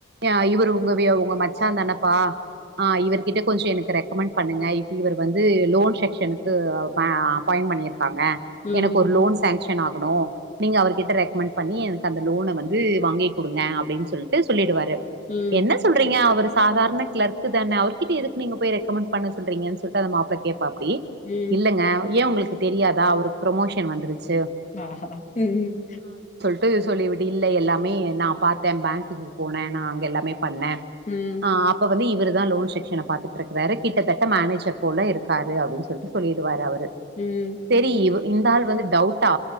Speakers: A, on the right; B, on the left.
A: அ இவரு உங்க வெ உங்க மச்சாந்தானப்பா அ இவர்கிட்ட கொஞ்சொ எனக்கு ரெக்கமெண்ட் பண்ணுங்க இப்ப இவர் வந்து லோன் செக்க்ஷனுக்கு அப்பா அப்பாயண்ட் பண்ணிருக்காங்க
B: ம்,
A: எனக்கு ஒரு லோன் சாங்ஷன் டென் ஆகணு நீங்க அவர்கிட்ட ரெக்கமெண்ட் பண்ணி எனக்கு அந்த லோன வந்து வாங்கி குடுங்க அப்டின்னு சொல்ட்டு சொல்லிடுவாரு
B: ம்,
A: என்ன சொல்றீங்க அவரு சாதாரண க்ளர்க்கு தான அவர்கிட்ட எதுக்கு நீங்க போய் ரெக்கமண்ட் பண்ண சொல்றீங்கன்னு சொல்ட்டு அந்த மாப்ள கேப் ப்பாப்பிடி
B: ம்.
A: இல்லங்க ஏ உங்களுக்கு தெரியாதா அவரு ப்ரொமோஷன் வந்துருச்
B: ம் ம்
A: ட்டு சொல்லிவிடு இல்ல எல்லாமே நா பாத்த பேங்குக்கு போன நா அங்க எல்லாமே பண்ண
B: ம்,
A: ஆ அப்ப வந்து இவரு தா லோன் செக்க்ஷன பாத்துட்டுருக்கிறாரு கிட்டத்தட்ட மேனேஜ்ர் போல இருக்காரு அப்டின்னு சொல்ட்டு சொல்லிடுவாரு அவர்
B: ம்.
A: சரி இவ் இந்த ஆல் வந்து டவுட்டா